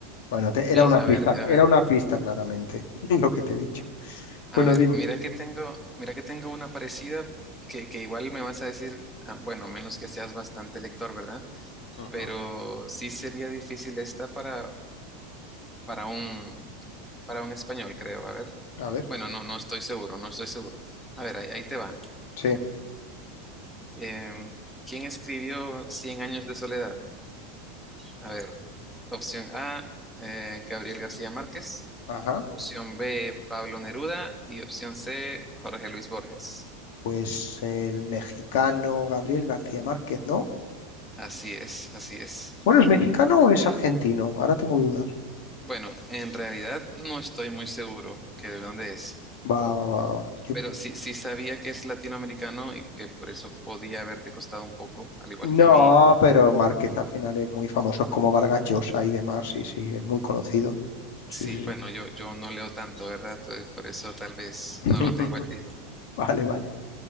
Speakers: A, on the left; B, in the centre.
A: Bueno, te-
B: Bien,
A: era una
B: a
A: pista,
B: ver, a ver,
A: era una pista claramente, <laughs> lo que te he dicho.
B: A
A: Bueno,
B: ver,
A: dime.
B: mira que tengo, mira que tengo una parecida que, que igual me vas a decir, ah, bueno, a menos que seas bastante lector, ¿verdad?
A: Ujú.
B: Pero sí sería difícil esta para, para un, para un español, creo. A ver.
A: A ver,
B: Bueno, no, no estoy seguro, no estoy seguro. A ver, ahí, ahí te va.
A: sí,
B: Em, ¿quién escribió Cien años de soledad? A ver, opción A, eh, Gabriel García Márquez,
A: ajá.
B: opción B, Pablo Neruda y opción C, Jorge Luis Borges.
A: Pues el mexicano Gabriel García Márquez, ¿no?
B: Así es, así es.
A: Bueno, ¿es mexicano o es argentino? Ahora tengo dudas.
B: Bueno, en realidad no estoy muy seguro que de dónde es,
A: Va, va, va. va. Yo-
B: pero sí, sí sabía que es latinoamericano y que por eso podía haberte costado un poco, al igual
A: No,
B: que a mí.
A: pero Márquez al final es muy famoso, es como Vargas Llosa y demás. Sí, sí, es muy conocido. Sí,
B: Sí,
A: sí, sí.
B: bueno, yo, yo no leo tanto, ¿verdad? Entonces, por eso tal vez
A: <laughs>
B: no lo tengo al tiro.
A: Vale, vale.